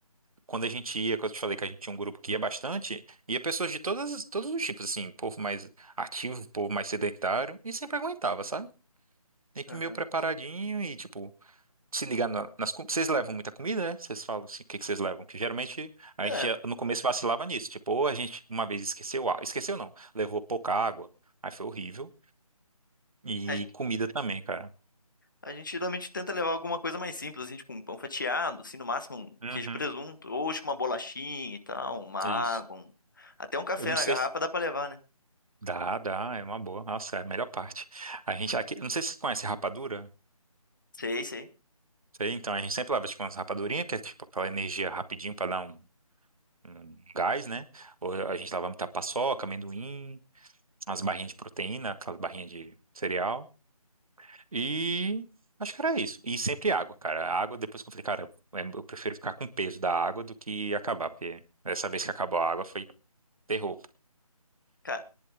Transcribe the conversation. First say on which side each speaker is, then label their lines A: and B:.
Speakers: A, on the right; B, on the left.
A: Quando a gente ia, quando eu te falei que a gente tinha um grupo que ia bastante, ia pessoas de todas, todos os tipos, assim, povo mais ativo, povo mais sedentário, e sempre aguentava, sabe? Tem que
B: Aham.
A: ir meio preparadinho e, tipo. se ligar na- nas comidas. Vocês levam muita comida, né? Vocês falam assim, o que que vocês levam? Porque geralmente a
B: Cara,
A: gente já, no começo vacilava nisso. Tipo, ou a gente uma vez esqueceu, a- esqueceu não, levou pouca água, aí foi horrível. E
B: a,
A: comida também, cara.
B: a gente geralmente tenta levar alguma coisa mais simples, assim, tipo um pão fatiado, assim, no máximo um
A: Uhum,
B: queijo e presunto, ou tipo uma bolachinha e tal, uma água,
A: isso.
B: um- até um café
A: Eu não
B: na
A: sei.
B: garrafa
A: se-
B: dá pra levar, né?
A: Dá, dá, é uma boa. Nossa, é a melhor parte. A gente aqui, eu não sei se você conhece rapadura.
B: Sei, sei.
A: Sei, então a gente sempre leva tipo umas rapadurinhas, que é tipo aquela energia rapidinho pra dar um, um gás, né? Ou a gente leva muita paçoca, amendoim, umas barrinhas de proteína, aquelas barrinhas de cereal. E acho que era isso. E sempre água, cara. A água, depois que eu falei, cara, eu eu prefiro ficar com o peso da água do que acabar, porque dessa vez que acabou a água foi terror.
B: Cara,